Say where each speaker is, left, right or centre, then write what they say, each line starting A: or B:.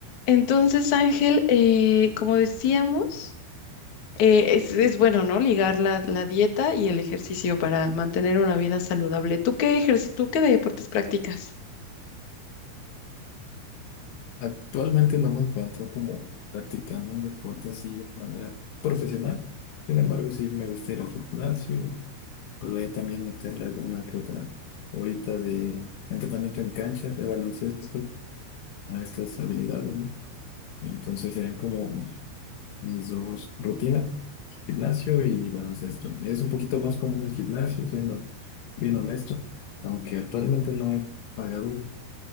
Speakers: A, on the left; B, on the left.
A: Entonces, Ángel, eh, como decíamos, eh, es, es bueno, ¿no? Ligar la, la dieta y el ejercicio para mantener una vida saludable. ¿Tú qué ejerci- tú qué deportes practicas?
B: Actualmente no me encuentro como practicando un deporte así de manera profesional. Sin embargo, sí me gusta ir al gimnasio y pues voy a también meterle alguna que otra ahorita de entrenamiento en cancha, de baloncesto, a estas habilidades, ¿no? Entonces serían como mis dos rutinas, gimnasio y baloncesto. Es un poquito más común el gimnasio, siendo bien honesto, aunque actualmente no he pagado